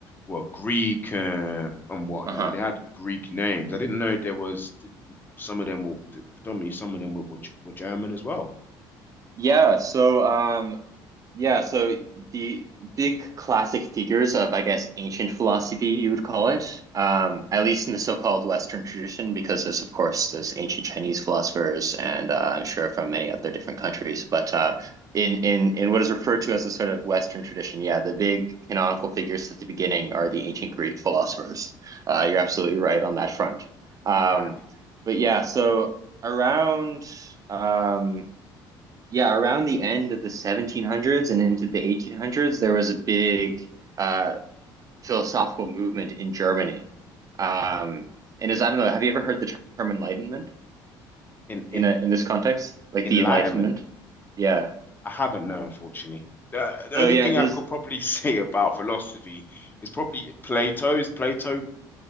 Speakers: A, on the left; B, on the right.
A: were Greek uh, and whatnot.
B: Uh-huh.
A: They had Greek names. I didn't know there was some of them were predominantly some of them were, were G- were German as well.
B: Yeah, so um yeah, so the big classic figures of I guess ancient philosophy you would call it, um, at least in the so-called Western tradition, because there's of course there's ancient Chinese philosophers and uh, I'm sure from many other different countries, but uh in in in what is referred to as a sort of Western tradition, yeah, the big canonical figures at the beginning are the ancient Greek philosophers. Uh, you're absolutely right on that front. Um,
A: Right.
B: but yeah, so around um yeah, around the end of the 1700s and into the 1800s, there was a big uh, philosophical movement in Germany. Um, and as I don't know, have you ever heard the term enlightenment
A: In in
B: in a, in this context, like
A: enlightenment,
B: the Enlightenment? Yeah.
A: I haven't known, unfortunately. The, the
B: So
A: only
B: yeah,
A: thing
B: there's
A: I could probably <laughs> say about philosophy is probably Plato. Is Plato